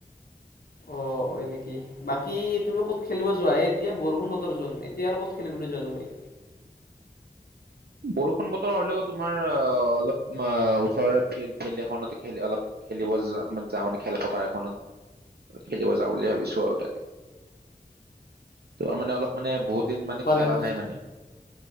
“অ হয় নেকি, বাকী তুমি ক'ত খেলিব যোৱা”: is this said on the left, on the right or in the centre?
Left